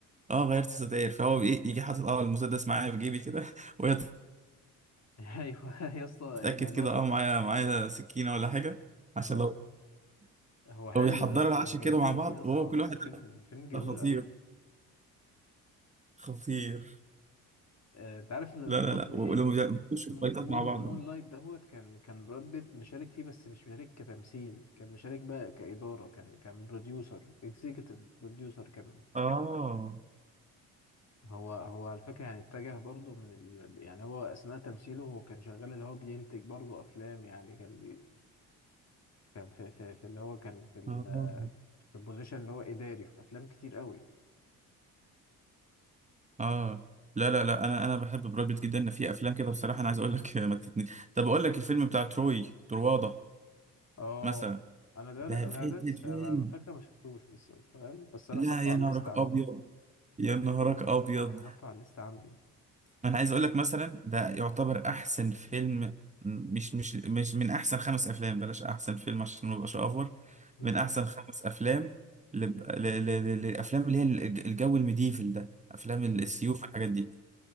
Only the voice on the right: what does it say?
اه غيرت ستاير فهو بي- إيه، يجي حاطط اه المسدس معايا في جيبي كده <laughs> وهي
تتاكد
كده
اه معايا معايا سكينه ولا حاجه عشان
لو
لو بيحضروا
العشاء
كده مع بعض
وهو كل
واحد
ده خطير
خطير
لا
لا لا ولما
بيخشوا
في فايتات مع بعض
اه
اه
اه لا لا لا انا انا بحب براد بيت جدا في افلام كده بصراحه انا عايز اقول لك <laughs> ما تتني طب اقول لك الفيلم بتاع تروي ترواضه
مثلا
ده
فيلم
فيلم
لا
يا
نهارك
ابيض يا نهارك ابيض
انا عايز اقول لك مثلا ده يعتبر احسن فيلم مش مش مش من احسن خمس افلام بلاش احسن فيلم عشان ما ابقاش اوفر
من احسن خمس افلام لب- ل- ل- ل- للافلام اللي هي الج- الجو الميديفل ده افلام
السيوف والحاجات دي